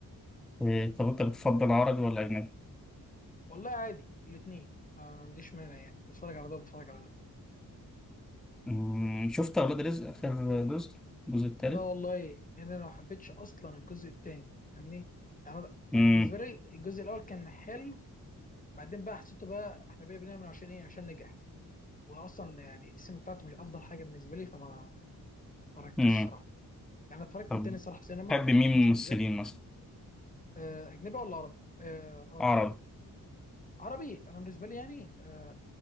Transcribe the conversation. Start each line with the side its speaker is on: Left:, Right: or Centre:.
Centre: إيه، طب أنت بتفضل عربي ولا أجنبي؟
Left: والله عادي الاتنين ما عنديش مانع يعني بتفرج على ده وبتفرج على ده
Centre: أمم، شفت أولاد رزق آخر جزء الجزء التالت؟
Left: لا والله لان انا ما حبيتش اصلا الجزء التاني فاهمني يعني انا
Centre: أمم،
Left: بالنسبه لي الجزء الاول كان حلو بعدين بقى حسيته بقى احنا بقى بنعمل عشان ايه عشان نجح واصلا يعني السينما بتاعته مش افضل حاجه بالنسبه لي فما اتفرجتش
Centre: أمم.
Left: صراحه يعني اتفرجت
Centre: طب
Left: التاني صراحه سينما
Centre: تحب
Left: عشان
Centre: مين
Left: ما اكونش
Centre: من الممثلين
Left: كذاب
Centre: مثلا؟
Left: آه، اجنبي ولا عربي اه آه.
Centre: عربي
Left: عربي انا بالنسبه لي يعني آه،